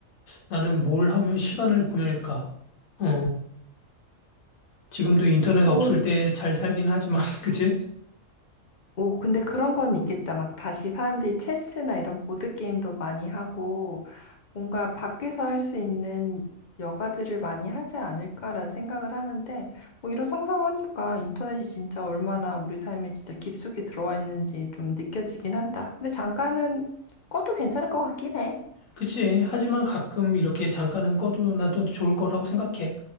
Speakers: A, on the left; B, on the left.
A: 나는 뭘 하며 시간을 보낼까? 어, 지금도 인터넷
B: 뭐,
A: 없을 때 잘 살긴 하지만, <laughs> 그치?
B: 오, 근데 그런 건 있겠다. 막 다시 사람들이 체스나 이런 보드게임도 많이 하고, 뭔가 밖에서 할 수 있는 여가들을 많이 하지 않을까라는 생각을 하는데, 뭐 이런 상상하니까 인터넷이 진짜 얼마나 우리 삶에 진짜 깊숙이 들어와 있는지 좀 느껴지긴 한다. 근데 잠깐은 꺼도 괜찮을 것 같긴 해.
A: 그치. 하지만 가끔 이렇게 잠깐은 꺼도 나도 좋을 거라고 생각해.